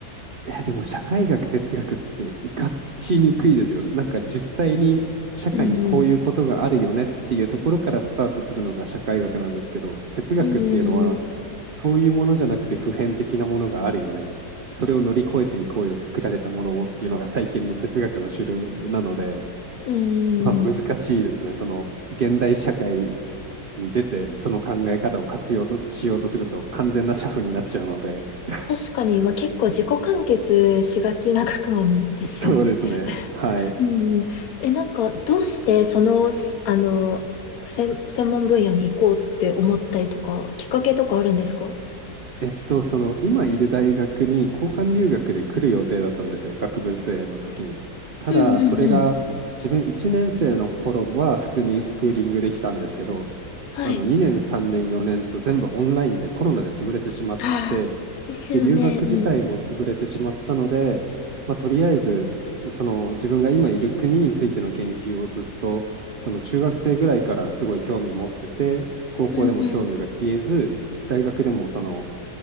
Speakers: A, on the right; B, on the left.
A: え、でも社会学、哲学って活かしにくいですよ。なんか実際に社会にこういうことがあるよねっていうところからスタートするのが社会学なんですけど、
B: うんうん。
A: 哲学っていうのはそういうものじゃなくて普遍的なものがあるよね。
B: うん
A: それを乗り越えていこうよ、作られたものをっていうのが最近の哲学の主流なので、
B: うん。
A: まあ難しいですね。
B: うん
A: その現代社会に出てその考え方を活用としようとすると完全な社夫になっちゃうので、
B: 確かに、
A: <laughs>
B: まあ、結構自己完結しがちな学問ですよね。
A: そうですね。はい。
B: うん。え、なんか、どうしてその、すあの、専、専門分野に行こうって思ったりとか、きっかけとかあるんですか
A: えっと、その今いる大学に交換留学で来る予定だったんですよ、学部生の時に。ただ、
B: うんうんうん。
A: それが自分1年生の頃は普通にスクーリングできたんですけど、
B: はい。
A: あの2年、3年、4年と全部オンラインでコロナで潰れてしまって、
B: ああ、ですよね。
A: で、留学自体も潰れてしまったので、
B: うんうん。
A: まあ、とりあえずその自分が今いる国についての研究をずっとその中学生ぐらいからすごい興味持ってて、高校でも興味が消えず、
B: うんうん。
A: 大学でもその